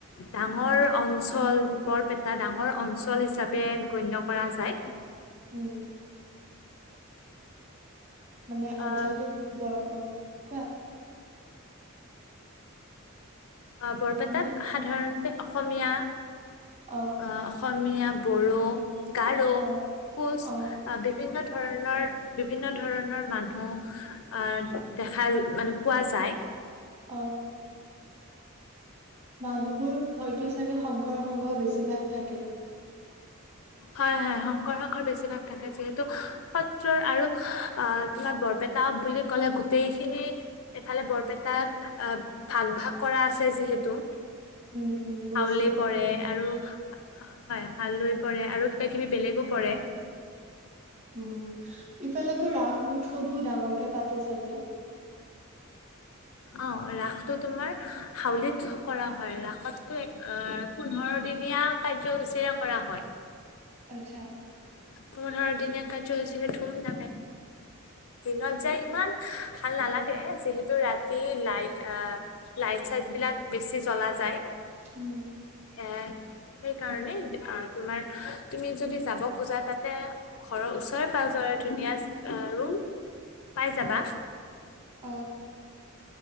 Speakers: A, on the left; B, on the right.
A: ডাঙৰ অঞ্চল। বৰপেটা ডাঙৰ অঞ্চল হিচাপে গণ্য কৰা যায়।
B: উম মানে অঞ্চলটো
A: আহ
B: বৰ অ কোৱা
A: অ বৰপেটাত
B: মানে
A: সাধাৰণ অসমীয়া
B: অ
A: অঁ অসমীয়া বড়ো গাডো
B: অ
A: কোচ
B: অ
A: বিভিন্ন ধৰণৰ বিভিন্ন ধৰণৰ মানুহ আহ দেখা মানে পোৱা যায়।
B: অ! মানুহবোৰ হয়তো চাগে শংকৰ সংঘ বেছিভাগ থাকে।
A: হয় হয় শংকৰ সংঘৰ বেছিভাগ থাকে যিহেতু সত্ৰৰ আৰু আহ তোমাৰ বৰপেটা বুলি ক'লে গোটেইখিনি এফালে বৰপেটাত আহ ভাগ ভাগ কৰা আছে যিহেতু।
B: উম উম বুজিছো
A: হাউলি পৰে আৰু! হয় হালৈ। কৰে আৰু কিবা কিবি বেলেগো পৰে।
B: উম ই! সিফালেতো ৰাস মহোৎসৱবো ডাঙৰকে পাতে চাগে।
A: অ ৰাসটো তোমাৰ হাউলিত কৰা হয়, ৰাসতো এক পোন্ধৰ দিনীয়া কাৰ্যসূচীৰে কৰা হয়।
B: আচ্ছা।
A: পোন্ধৰদিনীয়া কাৰ্যসূচীৰে ধুম ধামেৰে। দিনত যাই ইমান ভাল নালাগে, যিহেতু ৰাতি লাই লাইট চাইট বিলাক বেছি জলা যায়।
B: উম
A: এ। সেইকাৰণে তোমাৰ, তুমি যদি যাব খোজা তাতে ঘৰৰ ওচৰে পাজৰে ধুনীয়া ৰুম। পাই যাবা
B: আহ্ আহ্!